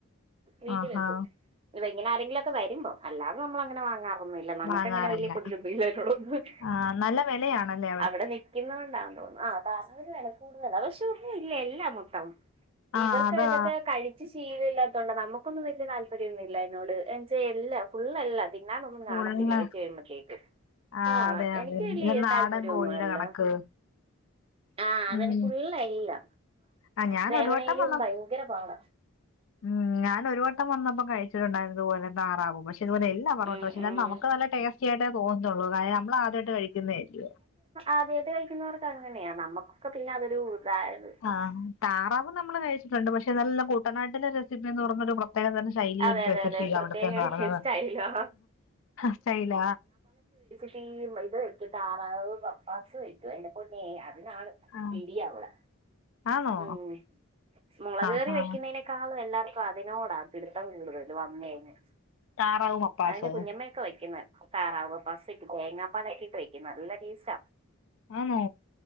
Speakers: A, on the right; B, on the left.
A: വീട്ടിലെക്കും
B: ആഹാ
A: ഇപ്പെങ്ങനെ ആരെങ്കിലുംക്കെ വരുമ്പോ അല്ലാത നമ്മ അങ്ങനെ വങ്ങാ നമക്കങ്ങനെ
B: വാങ്ങാറില്ല
A: വല കൊതിയില്ല ഇതിനോടൊന്നും
B: ആ നല്ല വിലയാണല്ലേ
A: അവിടെ തിന്നണ്ടാെന്ന് തോന്നുന്നു ആ താര വില കൂടുതൽ പക്ഷ ഇല്ല എല്ല മൊത്തം
B: ആ
A: ഇവർക്ക്
B: അതാ
A: ഏതൊക്കെ കഴി ശീലമല്ലാത്തോണ്ടണ്ട് നമുക്കൊന്നും വലിയ താല്പര്യൊന്നുല്ല അതിനോട് എല്ല ഫുള്ളല്ല തിന്നാനൊന്നും കാണത്തില്ല
B: ഉള്ള
A: വെച്ചഴിമ്പത്തേക്ക്.
B: ആ
A: ആഹ്
B: അതെ
A: എനിക്ക്
B: അതെ
A: വല്ലി
B: ഇത് നാടൻ
A: താല്പര്യ
B: കോഴിയുടെ
A: ഒന്നു അല്ല.
B: കണക്ക്
A: ആഹ് അതന്നെ
B: ഉം
A: ഫുള്ളല്ല
B: ആ ഞാൻ
A: വേവണേയിലും
B: ഒരു വട്ടം വന്ന
A: ഭയങ്കര പാട
B: ഉം ഞാനൊരു വട്ടം വന്നപ്പോ കഴിച്ചിട്ടുണ്ടായിരുന്നു ഓലെ താറാവ് പക്ഷെ ഇതുപോല എൽ ഞ പൊറോട്ടശു
A: ഉം
B: ന്നാലു
A: ഉം
B: നമുക്ക് നല്ല ടേസ്റ്റിയായിട്ടേ തോന്നത്തുള്ളൂ കാരണം നമ്മള ആദ്യായിട്ട് കഴിക്കുന്നതല്ല്യോ
A: ആദ്യായിട്ട് കഴിക്കുന്നവർക്ക് അങ്ങനെയാ നമുക്കൊക്കെ പിന്നെ അതൊരു ഇതായത്.
B: ആഹ് താറാവ് നമ്മള് കഴിച്ചിട്ടുണ്ട് പക്ഷെ നല്ല കൂട്ടനാട്ടിലെ റെസിപ്പി എന്ന് പറഞ്ഞൊരു പ് തെ ശൈലി
A: അതെ
B: ഒരു
A: അതെ അതെ പ്രത്യേക
B: അവിടുത്തെന്ന് പറഞ്ഞത്
A: ടേസ്റ്റായില്ലോ
B: സ്റ്റൈല
A: തീ മെത് വയ്ക്കും താറാവു പപ്പാസ് വയ്ക്കും അ ഇന്റെ പൊന്നെ അതിനാണ്
B: ആ
A: ഇടി ആവുടെ
B: ആണോ
A: ഉം മൊളക്
B: ആ
A: ക്കറി
B: ആ
A: വെക്കുന്നയ്നെ ക്കാളും എല്ലാവക്കും അതിനോടാ പിടുത്തം കൂടുതൽ വന്നഴിഞ്ഞ്
B: താറാവ് മപ്പാസ്
A: ഇന്റെ കുഞ്ഞമ്മ വെക്കുന്ന താറാവ് പസി തേങ്ങാപ്പാലൊക്കിട്ട് വെയ്ക്കുന്ന നല്ല ടേസ്റ്റ.
B: ആണോ